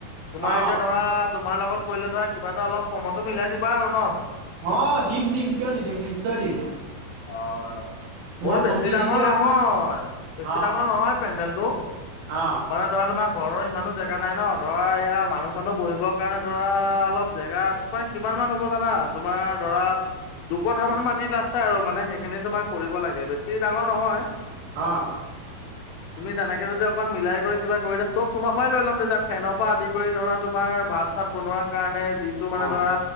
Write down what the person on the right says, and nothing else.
অ
অ, দিম-দিম কিয় নিদিম? নিশ্চয় দিম।
তোমাৰ
ভন্টি
যেতিয়া
অ
অ
অ।
অ